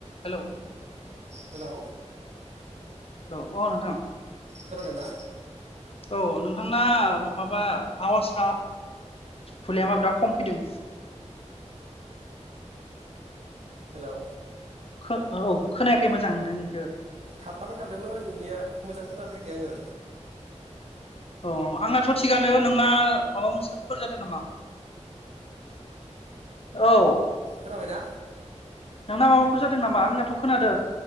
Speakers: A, on the left; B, on the right.
A: हेलौ
B: हेलौ
A: लौ अ नोंथां
B: खोनादोंना
A: औ नोंथांना माबा आवासआ भुलियामा बिराद खम फैदों
B: हेलौ
A: खो औ खोनायाखै मोजां नोंथांनि
B: थाबथाबाय थादोंलै नोंनिया मोजां खोनाफैयाखै आङो
A: अ आंनाथ थिगानो नोंना माबा मोनसे फोर जादों नामा। औ
B: खोनाबायना?
A: ना माबाफोर जादों नामा आंनाथ खोनादों